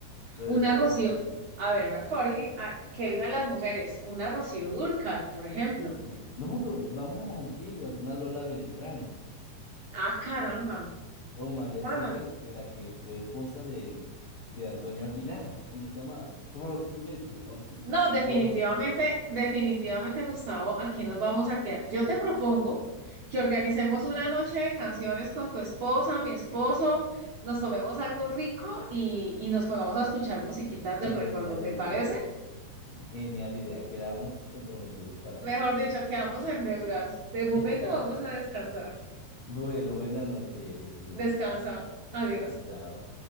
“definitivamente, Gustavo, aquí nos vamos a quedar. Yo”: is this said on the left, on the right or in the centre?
Right